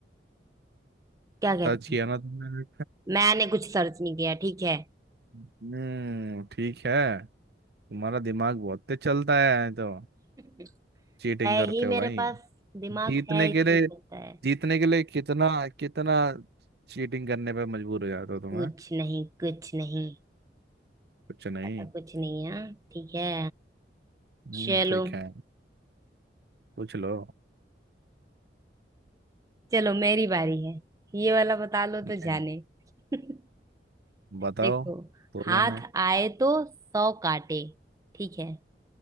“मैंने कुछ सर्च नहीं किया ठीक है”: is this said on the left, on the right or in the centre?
Right